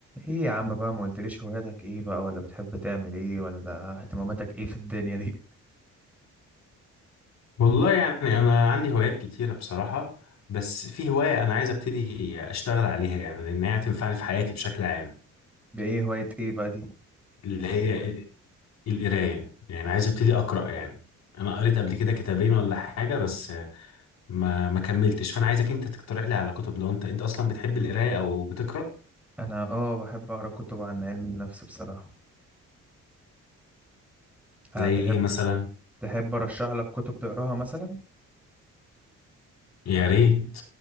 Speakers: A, in the centre; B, on the left (about 60°).
A: ايه يا عم بقى ما قلتليش هواياتك ايه بقى ولا بتحب تعمل ايه ولا اهتماماتك ايه في الدنيا دي
B: والله يعني انا عندي هوايات كتيره بصراحه بس في هوايه
A: <laughs>
B: انا عايز ابتدي اشتغل عليها يعني لان هي هتنفعني في حياتي بشكل عام
A: بايه هواية ايه بقى دي
B: اللي هي ال- القرايه يعني عايز ابتدي اقرا يعني انا قريت قبل كده كتابين ولا حاجه بس ما ما كملتش فانا عايزك انت تقترح لي على كتب لو انت انت اصلا بتحب القرايه او بتقرا
A: انا اه بحب اقرا كتب عن علم النفس بصراحة أه
B: زي
A: تحب
B: ايه مثلا
A: تحب ارشح لك كتب تقراها مثلا
B: يا ريت